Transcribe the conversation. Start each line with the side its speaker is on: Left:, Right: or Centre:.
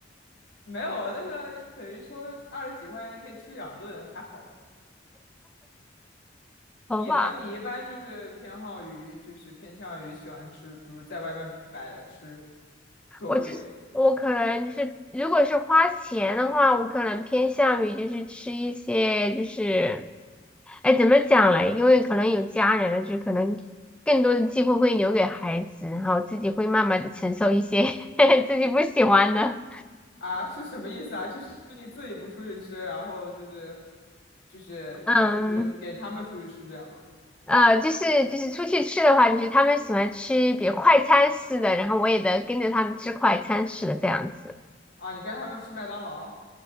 Left: 没有那个等于说二十几块钱可以吃两顿，还好吧？
Centre: <laughs> 好吧。
Left: 你呢？你一般就是偏好于，就是偏向于喜欢吃，比如在外面买的吃，多贵的呢？
Centre: 我就是我可能就是，如果是花钱的话，我可能偏向于就是吃一些就是，哎，怎么讲嘞？因为可能有家人了，就可能更多的机会会留给孩子，然后自己会慢慢的承受一些 <laughs> 自己不喜欢的。
Left: 啊，<laughs> 是什么意思啊？就是你自己不出去吃，然后就是，就是就是给他们出去吃这样吗？
Centre: 嗯，呃，就是就是出去吃的话，就是他们喜欢吃比如快餐式的，然后我也得跟着他们吃快餐式的这样子。
Left: 啊，你跟他们吃麦当劳？